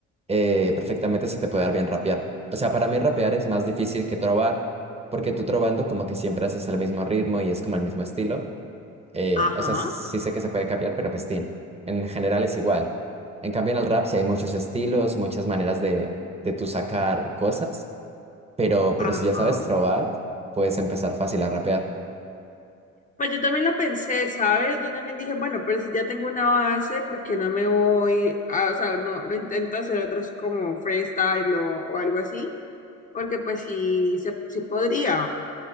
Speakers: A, on the right; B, on the left.
A: eh, perfectamente se te puede dar bien rapear. O sea, para mí rapear es más difícil que trobar, porque tú trobando como que siempre haces el mismo ritmo y es como el mismo estilo. Eh,
B: Ajá,
A: o sea, sí sé que se puede cambiar, pero pues tin, en general es igual. En cambio, en el rap sí hay muchos estilos, muchas maneras de, de tú sacar cosas, pero,
B: ajá.
A: pero si ya sabes trobar, puedes empezar fácil a rapear,
B: Pues yo también lo pensé, ¿sabes? Yo también dije, bueno, pero si ya tengo una base, ¿por qué no me voy a, o sea, no, no intento hacer otros como freestyle o, o algo así? Porque pues sí, se, sí podría.